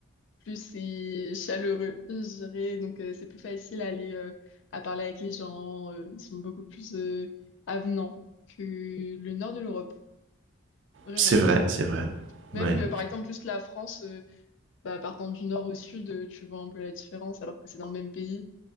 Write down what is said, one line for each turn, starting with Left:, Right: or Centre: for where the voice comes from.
Left: plus c'est chaleureux, je dirais. Donc euh, c'est plus facile à aller euh, à parler avec les gens. euh, ils sont beaucoup plus euh, avenants que le nord de l'Europe, vraiment.
Right: C'est vrai, c'est vrai.
Left: Même
Right: Ouais.
Left: euh, par exemple juste la France. euh, bah, partant du nord au sud, euh, tu vois un peu la différence, alors que c'est dans le même pays.